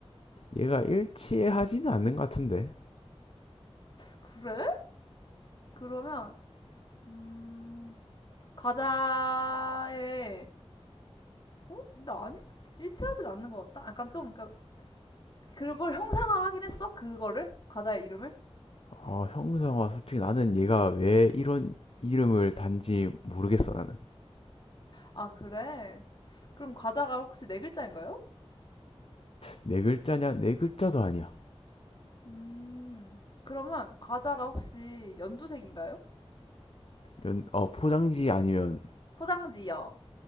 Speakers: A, on the left; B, on the left.
A: 얘가 일치하지는 않는 것 같은데.
B: 그래? 그러면, 음, 과자의, 어? 근데 아니, 일치하진 않는 것 같다? 약간 좀, 그러니까 그걸 형상화하긴 했어? 그거를? 과자의 이름을?
A: 어, 형상화, 솔직히 나는 얘가 왜 이런 이름을 단지 모르겠어, 나는.
B: 아, 그래? 그럼 과자가 혹시 네 글자인가요?
A: 네 글자냐? 네 글자도 아니야.
B: 음, 그러면 과자가 혹시 연두색인가요?
A: 연, 어, 포장지 아니면,
B: 포장지요.